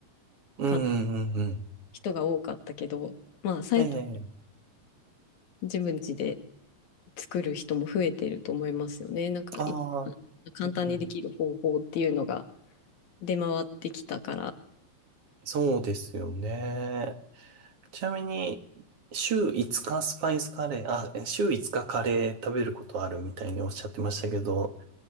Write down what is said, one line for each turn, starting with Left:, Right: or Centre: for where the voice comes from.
Right: うんうんうん
Left: か人が多かったけど、まあ最近
Right: ええ。
Left: 自分家で作る人も増えてると思いますよね。なんか、
Right: ああ、
Left: い簡単にできる方法っていうのが
Right: うんうん
Left: 出回ってきたから。
Right: そうですよね。ちなみに、週5日スパイスカレー、あ、え週5日カレー食べることあるみたいにおっしゃってましたけど、